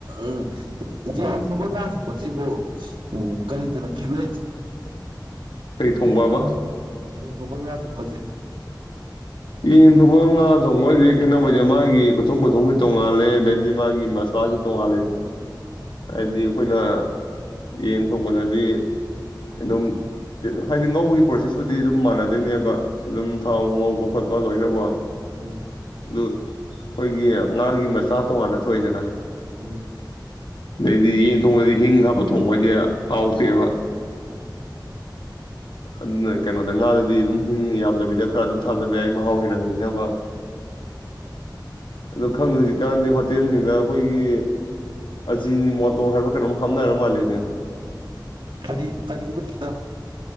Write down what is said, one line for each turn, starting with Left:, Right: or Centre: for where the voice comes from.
Right: ꯎꯝ ꯌꯦ ꯊꯒ ꯍꯧꯖꯤꯕꯨꯣ ꯎ ꯀꯔꯤꯗꯅꯈꯤꯅꯩ
Left: ꯐ꯭ꯔꯤ ꯊꯣꯡꯕꯕ
Right: ꯌꯦꯟ ꯊꯣꯡꯄ ꯉ ꯊꯣꯛꯍꯁꯦ
Left: ꯌꯦꯟ ꯊꯣꯡꯕ ꯉꯥ ꯊꯣꯡꯕ ꯍꯥꯏꯁꯦ ꯀꯩꯅꯣꯩꯁꯦ ꯃꯥꯒꯤ ꯈꯨꯊꯣꯡ ꯈꯨꯊꯣꯡꯁꯨ ꯇꯣꯡꯉꯥꯂꯦ ꯑꯗꯩꯗꯤ ꯃꯥꯒꯤ ꯃꯁꯂꯥꯁꯨ ꯇꯣꯡꯉꯥꯜꯂꯦ ꯍꯥꯏꯗꯤ ꯑꯩꯈꯣꯏꯅ ꯌꯦꯟ ꯊꯣꯡꯕꯗꯗꯤ ꯑꯗꯨꯝ ꯍꯥꯏꯗꯤ ꯉꯧꯕꯒꯤ ꯄ꯭ꯔꯣꯁꯦꯁꯄꯨꯗꯤ ꯑꯗꯨꯝ ꯃꯥꯟꯅꯗꯣꯏꯅꯦꯕ ꯑꯗꯨꯝ ꯊꯥꯎ ꯉꯧꯕ ꯈꯣꯠꯄ ꯂꯄꯥ ꯂꯣꯏꯅ ꯋꯥ
Right: ꯎꯝ
Left: ꯑꯗꯨ ꯑꯩꯈꯣꯏꯒꯤ ꯉꯥꯒꯤ ꯃꯆꯥ ꯇꯣꯉꯥꯟꯅ ꯊꯣꯛꯏꯗꯅ
Right: ꯎꯝ
Left: ꯑꯗꯩꯗꯤ ꯌꯦꯟ ꯊꯣꯡꯉꯗꯤ ꯍꯤꯡ ꯍꯥꯞꯄ ꯊꯣꯡꯕ ꯍꯥꯏꯁꯦ ꯍꯥꯎꯇꯦꯕ
Right: ꯑꯣ
Left: <inaudible> ꯀꯩꯅꯣꯗ ꯉꯥꯗꯗꯤ ꯑꯗꯨꯝ ꯍꯤꯡ ꯌꯥꯝꯗꯕꯤꯗ ꯈꯔ ꯑꯗꯨꯝ ꯊꯥꯖꯠ ꯌꯥꯏ ꯃꯍꯥꯎ ꯍꯦꯟꯅ ꯂꯩꯅꯕ ꯑꯣ ꯈꯪꯗꯦ ꯍꯧꯖꯤꯛꯀꯥꯟꯗꯤ ꯍꯣꯇꯦꯜꯁꯤꯡꯗ ꯑꯩꯈꯣꯏꯒꯤ ꯑꯆꯤꯅꯤ ꯃꯣꯇꯣꯔ ꯍꯥꯏꯕ ꯈꯩꯅ ꯑꯗꯨꯝ ꯍꯥꯞꯅꯔ ꯃꯥꯜꯂꯦꯅꯦ
Right: ꯀꯔꯤ ꯀꯔꯤꯕ ꯆꯗ